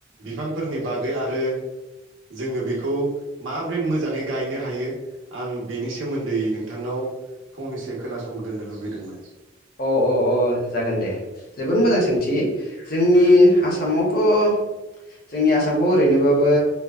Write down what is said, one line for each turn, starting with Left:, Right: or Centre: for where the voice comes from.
Right: बिफांफोरनि बागै आरो जोङो बेखौ माबोरै मोजाङै गायनो हायो। आं बेनि सोमोन्दै नोंथांनाव फंनैसो खोनासंदोननो लुगैदोंमोन।
Left: अह अह अह जागोन दे जोबोद मोजां सोंथि जोंनि आसामावथ' जोंनि आसामखौ ओरैनोबाबो